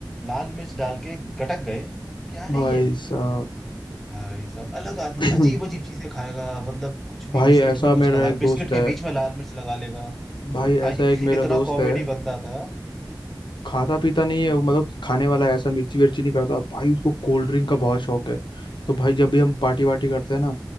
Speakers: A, in the centre; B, on the left (about 85°).
A: लाल मिर्च डाल के गटक गए क्या है
B: भाई
A: ये
B: साहब
A: भाई साहब अलग आदमी
B: <clears throat>
A: अजीब अजीब चीजें खाएगा मतलब कुछ भी
B: भाई
A: बिस्किट
B: ऐसा
A: में कुछ
B: मेरा
A: लगा
B: एक दोस्त
A: बिस्किट के
B: है
A: बीच में लाल मिर्च लगा लेगा
B: भाई
A: <laughs> भाई
B: ऐसा एक मेरा
A: इतना
B: दोस्त
A: कॉमेडी
B: है
A: बंदा था <laughs>
B: खाता पीता नहीं है वो मतलब कि खाने वाला है ऐसा मिर्ची विर्ची नहीं करता भाई उसको कोल्ड ड्रिंक का बहुत शौक है तो भाई जब भी हम पार्टी वार्टी करते हैं ना